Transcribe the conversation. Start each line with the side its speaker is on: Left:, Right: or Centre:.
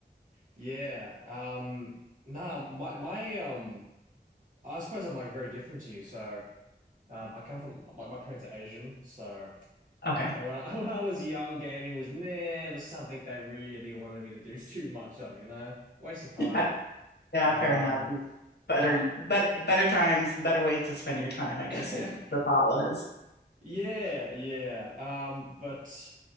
Right: Yeah. Um nah, my my um I suppose I'm like very different to you. So um I come from my, my parents are Asian, so
Left: Okay.
Right: and when I <laughs> when I was young, gaming was never something they really wanted me to do <laughs> too much of, you know? Waste of time.
Left: <laughs> Yeah,
Right: Um
Left: fair enough. Better,
Right: but
Left: better, better times, better ways to spend your time, I guess
Right: <laughs> yeah,
Left: it, the thought was.
Right: yeah. Um but